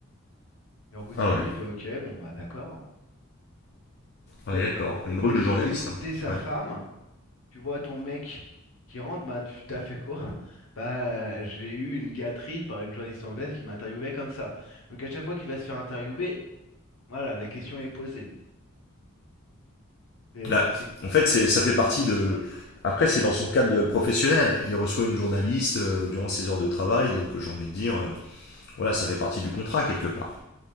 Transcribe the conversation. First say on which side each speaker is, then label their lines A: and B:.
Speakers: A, on the left (about 65°); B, on the left (about 50°).
A: Et Rocco Siffredi
B: Ah ouais.
A: il fait, Ok, bon, bah d'accord. hein. T'es,
B: Ouais, d'accord.
A: t'es,
B: Une drôle
A: t'es-
B: de journaliste,
A: t'es-
B: hein.
A: t'es sa
B: Ouais.
A: femme, tu vois ton mec qui rentre, bah tu t'as fait quoi? <laughs> Bah j'ai eu une gâterie par une journaliste anglaise qui m'interviewait comme ça. Donc à chaque fois qu'il va se faire interviewer, voilà, la question est posée. C'est,
B: Là,
A: c'est...
B: en fait, c'est- ça fait partie de. Après, c'est dans son cadre de professionnel. Il reçoit une journaliste euh, durant ses heures de travail, donc euh, j'ai envie de dire, euh, voilà, ça fait partie du contrat quelque part.